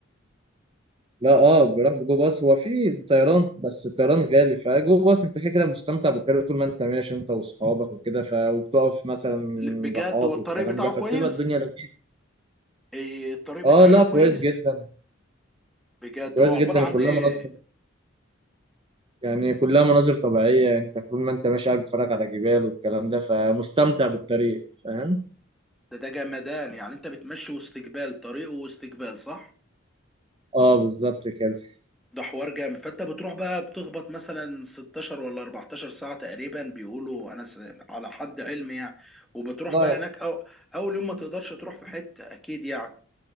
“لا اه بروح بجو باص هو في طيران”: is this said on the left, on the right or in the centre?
Right